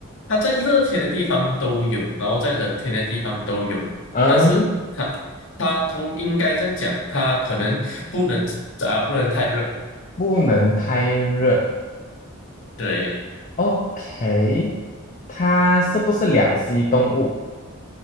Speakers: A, on the left (about 60°); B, on the left (about 35°).
A: 它在热天的地方都有，然后在冷天的地方都有，
B: 嗯，
A: 但是它它通应该这样讲，它可能不能啊、不能太热，
B: 不能太热。
A: 对，
B: OK，它是不是两栖动物？